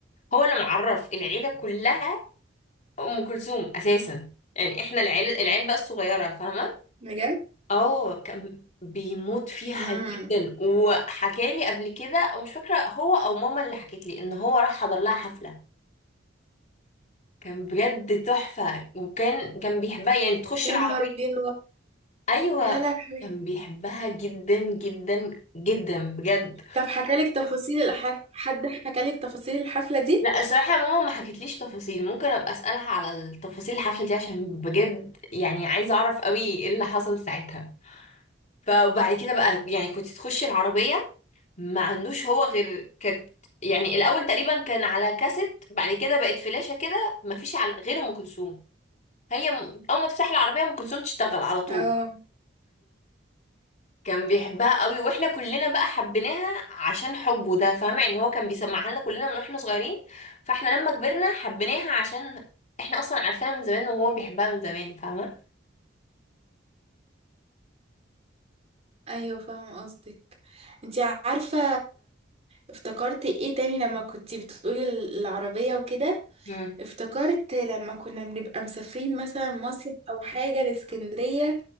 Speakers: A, on the left (about 40°); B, on the right (about 35°).
A: هو اللي معرف العيله كلها ام كلثوم اساسا يعني احنا العيله العيله بقى الصغيره فاهمه
B: بجد
A: اه كان بيموت فيها
B: امم
A: جدا وحكالي قبل كده او مش فاكره هو او ماما اللي حكت لي ان هو راح حضر لها حفله كان بجد تحفه وكان كان بيحبها يعني تخش
B: يا
A: العربيه
B: نهار ابيض
A: ايوه
B: يا لهوي
A: كان بيحبها جدا جدا جدا بجد
B: طب حكالك تفاصيل الح... حد حكالك تفاصيل الحفلة دي
A: لا الصراحة يا ماما ما حكتليش تفاصيل ممكن ابقى اسألها على التفاصيل الحفلة دي عشان بجد يعني عايزة اعرف قوي ايه اللي حصل ساعتها فبعد كده بقى يعني كنت تخشي العربية ما عندوش هو غير كانت يعني الاول تقريبا كان على كاسيت بعد كده بقت فلاشة كده ما فيش على غير ام كلثوم هي م- اول ما تفتحي العربية ام كلثوم تشتغل على طول
B: اه
A: كان بيحبها قوي واحنا كلنا بقى حبيناها عشان حبه ده فاهمة يعني هو كان بيسمعها لنا كلنا من واحنا صغيرين فاحنا لما كبرنا حبيناها عشان احنا اصلا عارفينها من زمان وهو بيحبها من زمان فاهمة
B: ايوه فاهمه قصدك انت عارفه افتكرت ايه تاني لما كنتي بتقولي العربيه وكده
A: مم.
B: افتكرت لما كنا بنبقى مسافرين مثلا مصيف او حاجة لاسكندرية